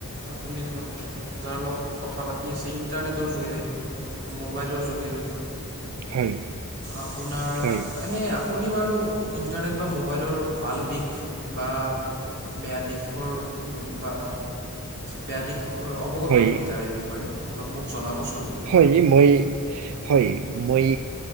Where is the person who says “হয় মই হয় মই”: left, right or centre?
Right